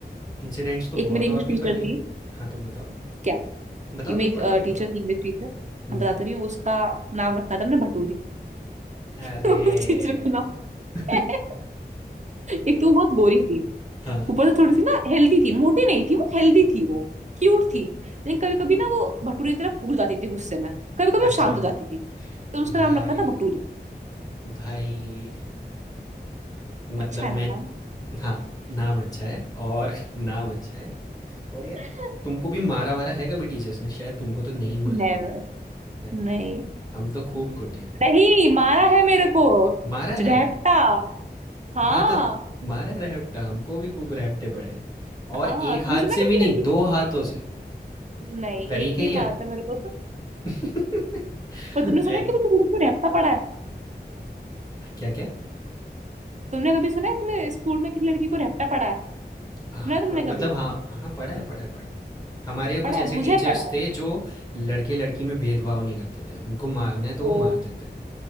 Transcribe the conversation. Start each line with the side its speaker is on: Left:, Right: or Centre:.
Left: इंसिडेंट्स तो
Right: एक
Left: बहुत
Right: मेरी इंग्लिश
Left: और भी
Right: टीचर
Left: फनी है
Right: थी
Left: हाँ तुम बताओ
Right: क्या
Left: बताओ
Right: कि मैं
Left: तुम
Right: एक
Left: बताओ
Right: मेरी
Left: तुम
Right: टीचर
Left: बताओ
Right: थी इंग्लिश टीचर मैं
Left: हम्म
Right: बताती रही हूँ उसका नाम रखा था हमने भटूरी
Left: अरे!
Right: <laughs> उस टीचर का नाम
Left: <laughs>
Right: <laughs> एक तो वो बहुत गोरी थी
Left: हाँ,
Right: ऊपर से थोड़ी सी ना हेल्दी थी मोटी नहीं थी वो हेल्दी थी वो क्यूट थी लेकिन कभी कभी ना वो भटूरे की तरह फूल जाती थी गुस्से में कभी कभी वो
Left: अच्छा
Right: शांत हो जाती थी तो उसका
Left: भाई
Right: नाम रखा था भटूरी
Left: भाई मतलब
Right: अच्छा
Left: मैं
Right: है ना नाम
Left: हाँ, नाम अच्छा है और <laughs> नाम अच्छा है और यार
Right: <laughs>
Left: तुमको भी मारा-वारा है कभी टीचर्स ने? शायद तुमको तो नहीं मारा
Right: नेवर
Left: होगा, है ना?
Right: नहीं
Left: हम तो खूब कुटे हैं।
Right: नहीं मारा है मेरे को
Left: मारा है?
Right: रैप्टा हाँ
Left: हाँ, तो मारा है रैपटा, हमको भी खूब रैपटे पड़े हैं और
Right: हाँ
Left: एक
Right: तुमने
Left: हाथ
Right: सुना
Left: से
Right: है
Left: भी
Right: कभी
Left: नहीं,
Right: लड़की
Left: 2 हाथों से।
Right: नहीं
Left: तरीके
Right: एक ही
Left: ही
Right: मारा
Left: अल
Right: था मेरे को तो
Left: <laughs>
Right: पर तुमने सुना
Left: ए
Right: है कभी किसी लड़की को रैप्टा पड़ा है
Left: क्या-क्या?
Right: तुमने कभी सुना है तुम्हें स्कूल में किसी लड़की को रैप्टा पड़ा है सुना
Left: आह,
Right: है तुमने
Left: अ, मतलब
Right: कभी
Left: हाँ, हाँ, हाँ, पढ़ा है, पढ़ा है, पढ़ा है। हमारे यहाँ कुछ
Right: पढ़ा
Left: ऐसे
Right: है मुझे
Left: टीचर्स
Right: पढ़ा है
Left: थे जो लड़के-लड़की में भेदभाव नहीं करते थे। उनको मारना है तो वो
Right: ओ
Left: मारते थे।